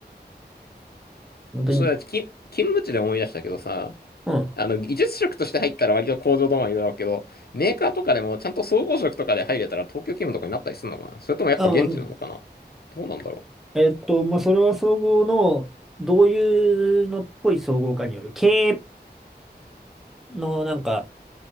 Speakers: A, in the centre; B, on the left (about 65°).
A: 本当に。
B: それは、き勤務地で思い出したけどさ、
A: うん。
B: あの、技術職として入ったら割と工場止まりだろうけど、メーカーとかでもちゃんと総合職とかで入れたら東京勤務とかになったりするのかなそれともやっぱ現地なのかな
A: あ、もう、うん
B: どうなんだろう
A: えっと、まあそれは総合の、どういうのっぽい総合かによる、経営のなんか、